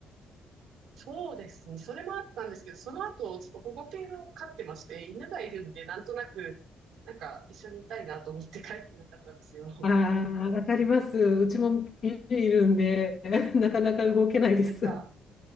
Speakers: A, on the right; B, on the left.
A: そうですね。それもあったんですけど、その後、ちょっと保護犬を飼ってまして、犬がいるんで、なんとなく、なんか一緒にいたいなと思って帰ってなかったんですよ。なん
B: ああ、わかります。うちもビビいるんで、<laughs> なかなか動けないです。
A: か、